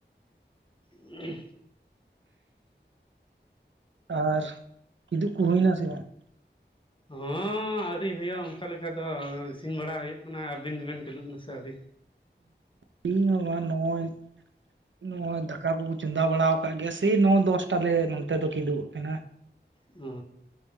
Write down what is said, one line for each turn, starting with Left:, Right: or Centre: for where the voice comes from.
Left: ᱚᱦ
Right: ᱟᱨ ᱠᱤᱫᱩᱵ ᱠᱚ ᱦᱩᱭᱱᱟ ᱥᱮ ᱵᱟᱝ
Left: ᱦᱚᱸᱮ ᱟᱹᱣᱨᱤ ᱦᱩᱭᱩᱜ ᱚᱱᱠᱟ ᱞᱮᱠᱟ ᱫᱚ ᱤᱥᱤᱱ ᱵᱟᱲᱟ ᱦᱩᱭᱩᱜ ᱠᱟᱱᱟ ᱟᱹᱵᱤᱱ ᱜᱮᱵᱮᱱ ᱠᱷᱩᱞᱩᱜ ᱱᱟᱥᱮ ᱟᱹᱣᱨᱤ
Right: ᱟᱹᱞᱤᱧ ᱦᱚᱸ ᱵᱟᱝ ᱱᱚᱜ-ᱚᱭ ᱱᱚᱜᱚᱭ ᱫᱟᱠᱟ ᱠᱚᱠᱚ ᱪᱚᱸᱫᱟ ᱵᱟᱲᱟ ᱟᱠᱟᱫ ᱜᱮᱭᱟ ᱥᱮᱭ ᱱᱚ ᱫᱚᱥᱴᱟᱞᱮ ᱱᱚᱛᱮ ᱫᱚ ᱠᱸᱤᱫᱩᱵᱚᱜ ᱛᱮᱱᱟ
Left: ᱚ